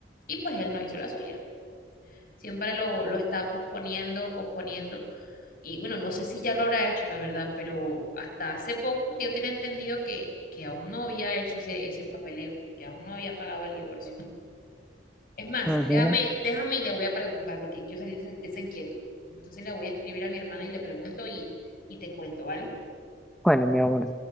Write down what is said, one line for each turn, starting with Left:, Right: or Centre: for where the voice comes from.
Left: y pues él no hizo la suya. Siempre lo, lo estaba posponiendo, posponiendo. Y bueno, no sé si ya lo habrá hecho, la verdad, pero hasta hace poco que yo tenía entendido que, que aún no había hecho ese, ese papeleo, que aún no había pagado el divorcio. Es más,
Centre: Imagino.
Left: déjame, déjame y le voy a preguntar porque quiero salir de esa, de esa inquietud. Entonces le voy a escribir a mi hermana y le pregunto y, y te cuento, ¿vale?
Centre: Bueno, mi amor,